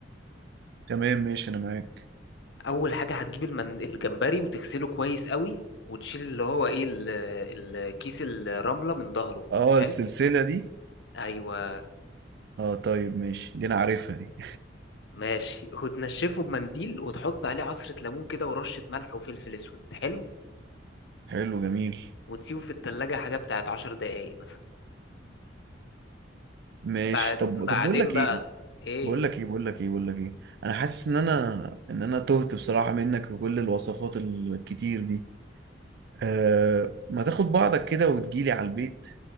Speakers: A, on the right; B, on the left.
A: تمام ماشي انا معاك
B: اول حاجه هتجيب المن... الجمبري وتغسله كويس قوي وتشيل اللي هو ايه ال... الكيس الرمله من ظهره
A: اه السلسلة
B: حلو
A: دي
B: ايوه
A: اه طيب ماشي دي انا عارفها دي
B: ماشي وتنشفه بمنديل وتحط عليه عصره ليمون كده ورشه ملح وفلفل اسود حلو
A: حلو جميل
B: وتسيبه في التلاجة حاجة بتاعت عشر دقايق مثلا
A: ماشي
B: بعد
A: طب
B: بعدين
A: طب بقول لك
B: بقى
A: ايه
B: ايه
A: بقول لك ايه بقول لك ايه بقول لك ايه انا حاسس ان انا ان انا تهت بصراحة منك بكل الوصفات الكتير دي آه ما تاخد بعضك كده وتجيلي على البيت